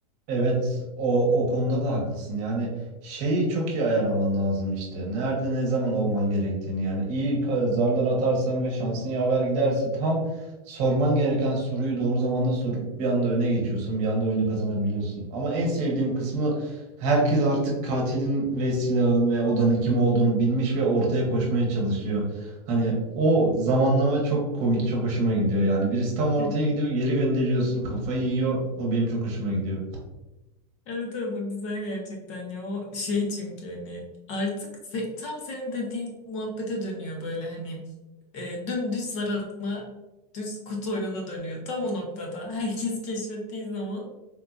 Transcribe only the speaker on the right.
Evet o, o konuda da haklısın. Yani şeyi çok iyi ayarlaman lazım işte. Nerede ne zaman olman gerektiğini yani iyi ka- zarlar atarsan ve şansın yaver giderse tam sorman gereken soruyu doğru zamanda sorup bir anda öne geçiyorsun. Bir anda oyunu kazanabiliyorsun. Ama en sevdiğim kısmı herkes artık katilin ve silahın ve odanın kim olduğunu bilmiş ve ortaya koşmaya çalışıyor. Hani o zamanlama çok komik, çok hoşuma gidiyor yani. Birisi tam ortaya
gidiyor, geri gönderiyorsun, kafayı yiyor. O benim çok hoşuma gidiyor.